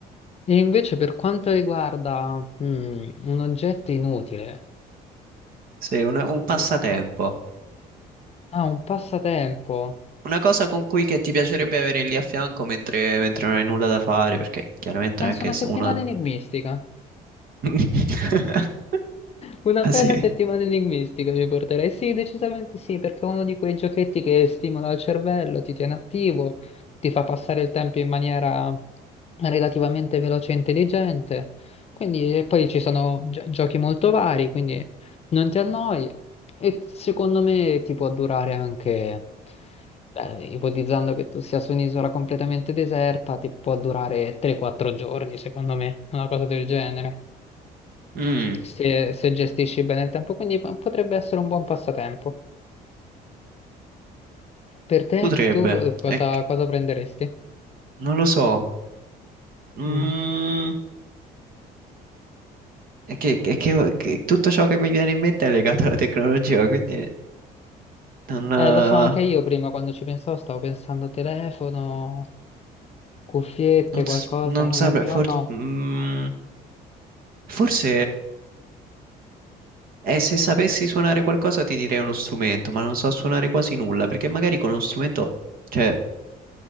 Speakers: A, on the left; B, on the right.
A: E invece per quanto riguarda mm, un oggetto inutile,
B: Sì, un un passatempo.
A: mm, Ah, un passatempo.
B: Una cosa con cui che ti piacerebbe avere lì a fianco mentre, mentre non hai nulla da fare, perché chiaramente
A: Penso
B: non è che
A: una
B: se
A: settimana
B: uno...
A: enigmistica.
B: <laughs>
A: Una
B: Ah
A: bella
B: sì?
A: settimana enigmistica mi porterei? Sì, decisamente sì, perché è uno di quei giochetti che stimola il cervello, ti tiene attivo, ti fa passare il tempo in maniera relativamente veloce e intelligente. Quindi, e poi ci sono gio- giochi molto vari, quindi non ti annoi e secondo me ti può durare anche, beh, ipotizzando che tu sia su un'isola completamente deserta, ti può durare 3-4 giorni, secondo me, una cosa del genere
B: Mm,
A: se, se gestisci bene il tempo, quindi p- potrebbe essere un buon passatempo. Per te,
B: potrebbe,
A: tu eh,
B: è
A: cosa,
B: che-
A: cosa prenderesti?
B: non lo so. Mm,
A: Mm.
B: è che, è che- che tutto ciò che mi viene in mente è legato alla tecnologia, quindi non, eh,
A: Eh, lo so, anche io prima quando ci pensavo stavo pensando telefono, cuffiette,
B: non,
A: qualcosa,
B: s- non
A: ma
B: saprei,
A: però
B: forse...
A: no.
B: mm, Forse. E se sapessi suonare qualcosa ti direi uno strumento, ma non so suonare quasi nulla, perché magari con uno strumento, cioè,